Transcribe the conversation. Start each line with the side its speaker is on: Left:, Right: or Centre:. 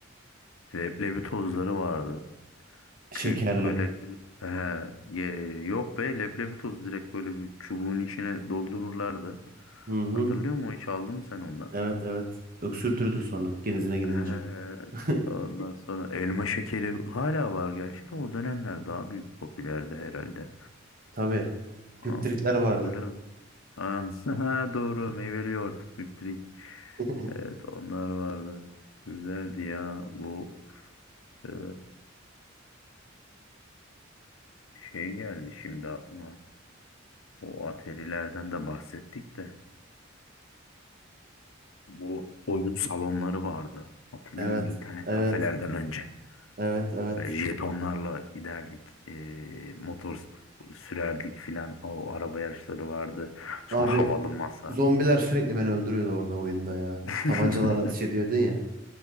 Left: Leblebi tozları vardı.
Right: Şekerli.
Left: Kü böyle he, ye- yok be leblebi toz direkt böyle bir çubuğun içine doldururlardı.
Right: Hı hı.
Left: Hatırlıyor musun? Hiç aldın mı sen ondan?
Right: Evet evet. Öksürtürdü sonra genizine gidince.
Left: Evet.
Right: <laughs>
Left: Ondan sonra elma şekeri hala var gerçi de o dönemler daha büyük popülerdi herhalde.
Right: Tabii.
Left: Aa,
Right: Hüptritler vardı.
Left: hatırlıyorum. Ha, <laughs> doğru meyveli yoğurt. Hüptrik.
Right: <laughs>
Left: Evet onlar vardı. Güzeldi ya. Bu eee, şey geldi şimdi aklıma. O atarilerden de bahsettik de. Bu oyun salonları vardı. Hatırlıyor
Right: Evet.
Left: musun? İnternet
Right: Evet.
Left: kafelerden önce.
Right: Evet. Evet.
Left: Böyle jetonlarla giderdik. eee, motor s- sürerdik filan. O araba yarışları vardı. Sonra
Right: Abi
Left: havalı masa.
Right: zombiler sürekli beni öldürüyordu orada oyunda ya.
Left: <laughs>
Right: Tabancalarla ateş ediyordun ya.